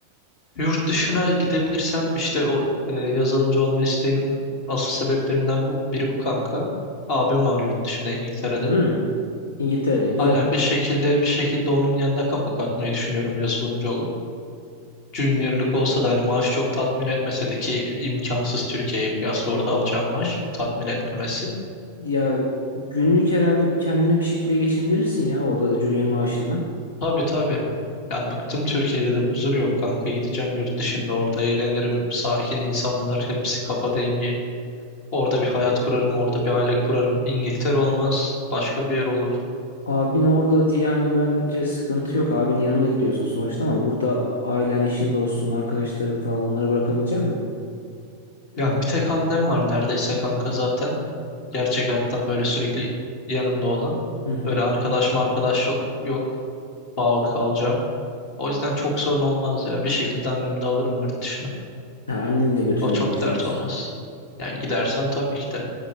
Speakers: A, on the left; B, on the left.
A: yurt dışına gidebilirsem işte o e, yazılımcı olma isteğimin asıl sebeplerinden bu, biri bu kanka. Abim var yurt dışında İngiltere'de.
B: Hı, İngiltere'de güzel.
A: Aynen bir şekilde bir şekilde onun yanına kapak atmayı düşünüyorum yazılımcı olup. Junior'lık olsa da hani maaş çok tatmin etmese de ki imkansız Türkiye'ye kıyasla orada alacağım maaş tatmin etmemesi.
B: Ya günlük herhalde bir kendine bir şekilde geçindirirsin ya orada da junior maaşınla.
A: Tabii tabii. Ya bıktım Türkiye'de de huzur yok kanka gideceğim yurt dışında orada eğlenirim sakin insanlar hepsi kafa dengi. Orada bir hayat kurarım orada bir aile kurarım. İngiltere olmaz başka bir yer olur.
B: Abin orada diye hani bence sıkıntı yok. Abinin yanına gidiyorsun sonuçta ama burada ailen, eşin, dostun, arkadaşların falan onları bırakabilecek misin?
A: Yani bir tek annem var neredeyse kanka zaten. Gerçek hayattan böyle sürekli yanımda olan.
B: Hı hı.
A: Öyle arkadaş mı arkadaş yok, yok. Bağlı kalacağım. O yüzden çok sorun olmaz ya. Bir şekilde annemi de alırım yurt dışına.
B: Ha, anneni de götürmeyi
A: O çok
B: düşünüyorsun.
A: dert olmaz. Yani gidersem tabii ki de.